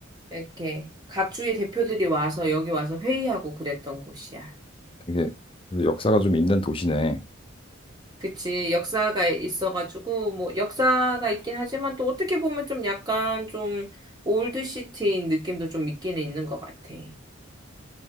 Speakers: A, on the right; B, on the left.
A: 이렇게 각 주의 대표들이 와서 여기 와서 회의하고 그랬던 곳이야.
B: 되게 역사가 좀 있는 도시네.
A: 그치, 역사가 있어가지고, 뭐, 역사가 있긴 하지만 또 어떻게 보면 좀 약간 좀 올드시티인 느낌도 좀 있기는 있는 것 같아.